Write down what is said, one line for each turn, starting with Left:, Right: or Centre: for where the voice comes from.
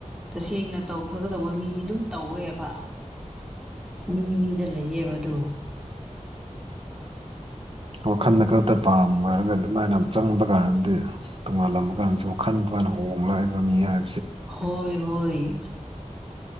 Centre: ꯇꯁꯦꯡꯅ ꯇꯧꯈ꯭ꯔꯒꯗꯧꯕ ꯃꯤꯗꯤ ꯑꯗꯨꯝ ꯇꯧꯋꯦꯕ꯫ ꯃꯤ ꯃꯤꯗ ꯂꯩꯌꯦꯕ ꯑꯗꯨ꯫
Right: ꯋꯥꯈꯟꯗ ꯈꯛꯇ ꯄꯥꯝꯔꯒ ꯑꯗꯨꯃꯥꯏꯅ ꯆꯪꯕ ꯀꯥꯟꯗꯗꯤ ꯇꯣꯉꯥꯜꯂꯝꯕ ꯀꯥꯟꯁꯨ ꯈꯟ <unintelligible> ꯍꯣꯡꯂꯛꯏꯕ ꯃꯤ ꯍꯥꯏ
Centre: ꯍꯣꯏ-ꯍꯣꯏ꯫